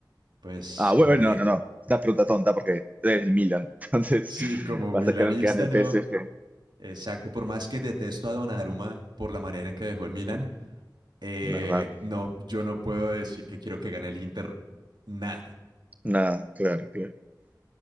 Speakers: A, on the right; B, on the right.
A: Pues,
B: Ah, bueno,
A: hombre,
B: no, no, no. una pregunta tonta porque eres el Milan. <laughs> Entonces,
A: sí, como
B: vas
A: milanista,
B: a querer que gane el
A: no.
B: PSG,
A: Exacto, por más que detesto a Donnarumma por la manera en que dejó el Milan, eh,
B: ¿verdad?
A: no, yo no puedo decir que quiero que gane el Inter, nada,
B: Nada, claro, claro.